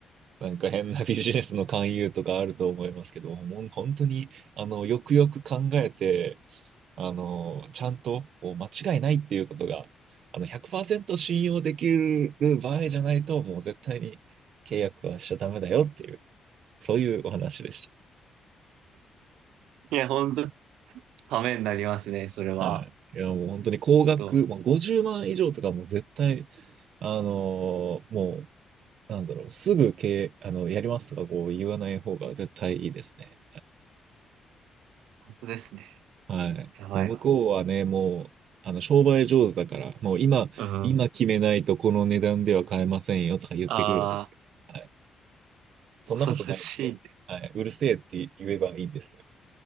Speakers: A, on the right; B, on the right.
A: なんか変なビジネスの勧誘とかあると思いますけど、ほん本当に、あの、よくよく考えて、あの、ちゃんとこう間違いないっていうことが、あの、100%信用できる場合じゃないと、もう絶対に契約はしちゃダメだよっていう、そういうお話でし
B: いや、ほんと、ためになりますね、それは。
A: た。はい。いや、もう本当に高額、
B: ちょっと、
A: まあ、50万以上とかもう絶対、あのーもう、なんだろう、すぐ契、あの、やりますとかこう言わない方が絶対いいですね。
B: 本当ですね。
A: はい。
B: やばいわ。
A: もう向こうはね、もう、あの、商売上手だから、もう今、
B: うん。
A: 今決めないとこの値段では買えませんよとか言ってくるんですけど、
B: あ
A: はい。そんなことないんで、
B: あ、恐ろしい。
A: はい。うるせえって言えばいいんですよ。